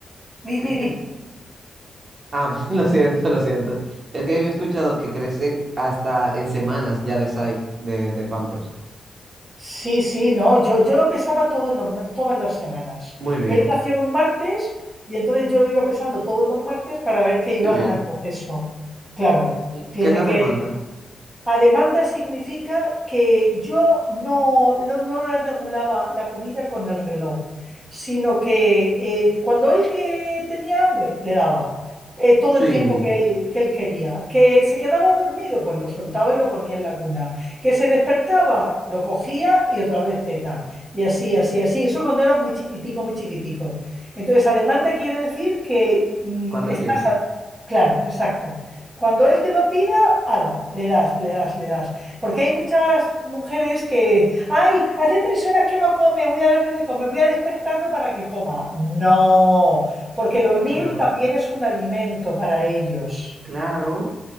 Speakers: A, on the right; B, on the right.
A: Di,
B: ¿Qué,
A: di,
B: qué
A: di.
B: es? Ah, <laughs> lo siento, lo siento. Es que había escuchado que crecen hasta en semanas ya de size, de, de Pampers.
A: Sí, sí, no, yo, yo lo pesaba todos los, ma- todas las semanas.
B: Muy bien,
A: Él nació un martes y entonces yo lo iba pesando todos los martes para ver que iba
B: qué bien.
A: ganando peso. Claro,
B: ¿Y
A: tiene
B: qué es la
A: que,
B: demanda?
A: a demanda significa que yo no, lo- no le regulaba la comida con el reloj, sino que eh, cuando él que tenía hambre, le daba eh, todo el
B: Sí,
A: tiempo que él, que él quería. Que se quedaba dormido, pues lo soltaba y lo ponía en la cuna. Que se despertaba, lo cogía y otra vez teta. Y así, así, así. Eso cuando era muy chiquitico, muy chiquitico. Entonces, a demanda quiere decir que mm,
B: cuando
A: estás...
B: él quiera.
A: a- Claro, exacto. Cuando él te lo pida ala, le das, le das, le das. Porque hay muchas mujeres que, ay, hace tres horas que no come, voy a darle de comer, voy a despertarlo para que coma. No, porque dormir
B: Pero,
A: también es un alimento para ellos.
B: claro,